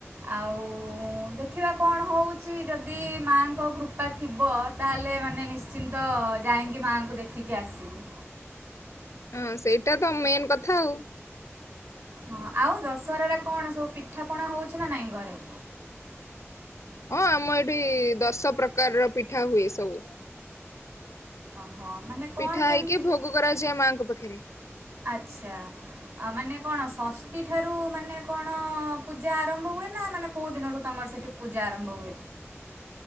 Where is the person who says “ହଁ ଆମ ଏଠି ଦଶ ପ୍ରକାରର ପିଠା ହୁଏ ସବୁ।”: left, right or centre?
Left